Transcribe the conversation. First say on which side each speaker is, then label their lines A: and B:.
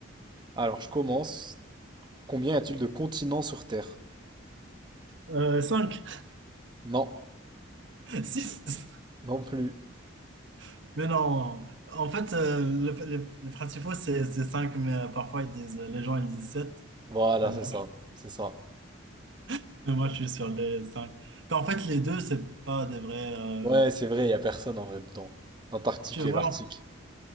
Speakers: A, on the right (about 20°); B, on the right (about 60°).
A: Alors, je commence. Combien y a-t-il de continents sur Terre?
B: Euh, 5,
A: Non,
B: 6.
A: non plus.
B: <laughs> Mais non. En fait, euh, le- les, les principaux, c'est c'est 5 mais euh, parfois, ils disent, euh, les gens, ils disent sept
A: Voilà,
B: Mais bon,
A: c'est ça. C'est ça.
B: <laughs> moi, je suis sur les 5. en fait, les deux, c'est pas des vrais. euh,
A: Ouais, c'est vrai, il n'y a personne en vrai dedans. L'Antarctique
B: tu vois?
A: et l'Arctique.